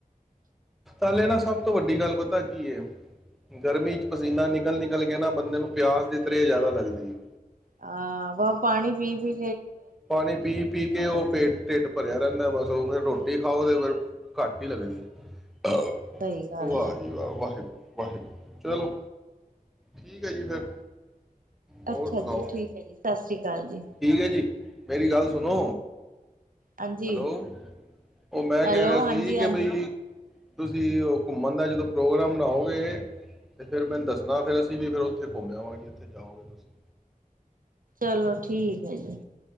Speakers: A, in the centre; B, on the right (about 65°).
A: ਪੱਲੇ ਨਾ ਸਭ ਤੋਂ ਵੱਡੀ ਗੱਲ ਪਤਾ ਕੀ ਹੈ ਗਰਮੀ ਚ ਪਸੀਨਾ ਨਿਕਲ-ਨਿਕਲ ਕੇ ਨਾ ਬੰਦੇ ਨੂੰ ਪਿਆਸ ਦੀ ਤਰੇ ਜ਼ਿਆਦਾ ਲੱਗਦੀ ਹੈ।
B: ਹਾਂ ਬਸ ਪਾਣੀ ਪੀ-ਪੀ,
A: ਪਾਣੀ ਪੀ-ਪੀ ਕੇ ਉਹ ਪੇਟ
B: ਕੀ
A: ਢਿਡ ਭਰਿਆ ਰਹਿੰਦਾ। ਬਸੋ ਫਿਰ ਰੋਟੀ ਖਾਓ ਫੇਰ ਘੱਟ ਹੀ ਲੱਗਣੀ ਐ।
B: ਸਹੀ ਗੱਲ
A: ਵਾਹ
B: ਹੈ
A: ਜੀ ਵਾਹ ਵਾਹਿਗੁਰੂ, ਵਾਹਿਗੁਰੂ ਚਲੋ ਠੀਕ ਹੈ ਜੀ ਫਿਰ, ਹੋਰ
B: ਅੱਛਾ
A: ਸੁਣਾਓ
B: ਜੀ ਠੀਕ ਹੈ ਜੀ ਸਤਿ ਸ਼੍ਰੀ ਅਕਾਲ ਜੀ
A: ਠੀਕ ਹੈ ਜੀ ਮੇਰੀ ਗੱਲ ਸੁਣੋ
B: ਹਾਂਜੀ
A: ਹੈਲੋ ਉਹ ਮੈਂ
B: ਹੈਲੋ
A: ਕਹਿ ਰਿਹਾ
B: ਹਾਂਜੀ
A: ਸੀ ਕਿ
B: ਹਾਂਜੀ
A: ਬਈ ਤੁਸੀਂ ਉਹ ਘੁੰਮਣ ਦਾ ਜਦੋਂ ਪ੍ਰੋਗਰਾਮ ਬਣਾਓਗੇ ਤੇ ਫਿਰ ਮੈਨੂੰ ਦੱਸਣਾ ਫਿਰ ਅਸੀਂ ਵੀ ਫਿਰ ਉੱਥੇ ਘੁੰਮਿਆਵਾਂਗੇ ਜਿੱਥੇ ਜਾਓਗੇ ਤੁਸੀਂ
B: ਚਲੋ ਠੀਕ ਹੈ ਜੀ